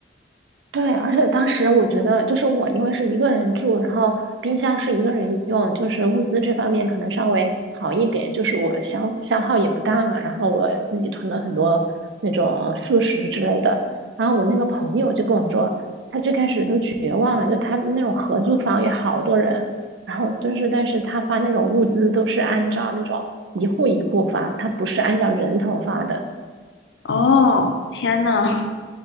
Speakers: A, on the right; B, on the left.
A: 对，而且当时我觉得，就是我因为是一个人住，然后冰箱是一个人用，就是物资这方面可能稍微好一点，就是我消消耗也不大嘛。然后我自己囤了很多那种速食之类的。然后我那个朋友就跟我说，他最开始都绝望了，就他们那种合租房有好多人，然后就是，但是他发那种物资都是按照那种一户一户发，他不是按照人头发的。
B: 哦，天呐，